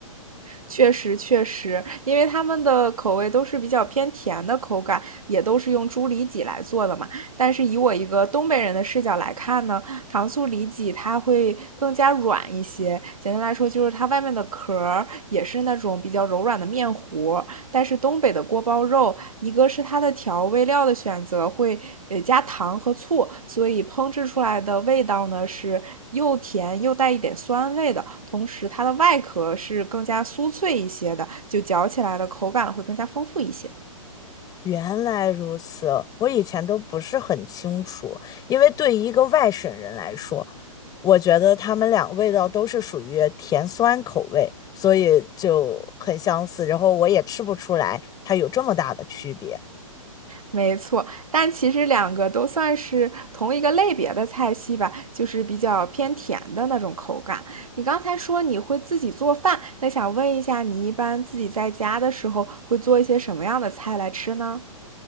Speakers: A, on the right; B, on the left.
A: 确实确实，因为他们的口味都是比较偏甜的口感，也都是用猪里脊来做的嘛。但是以我一个东北人的视角来看呢，糖醋里脊它会更加软一些。简单来说，就是它外面的壳儿也是那种比较柔软的面糊，但是东北的锅包肉，一个是它的调味料的选择会呃加糖和醋，所以烹制出来的味道呢是又甜又带一点酸味的，同时它的外壳是更加酥脆一些的，就嚼起来的口感会更加丰富一些。
B: 原来如此，我以前都不是很清楚，因为对于一个外省人来说，我觉得他们俩味道都是属于甜酸口味，所以就很相似，然后我也吃不出来它有这么大的区别。
A: 没错，但其实两个都算是同一个类别的菜系吧，就是比较偏甜的那种口感。你刚才说你会自己做饭，那想问一下，你一般自己在家的时候会做一些什么样的菜来吃呢？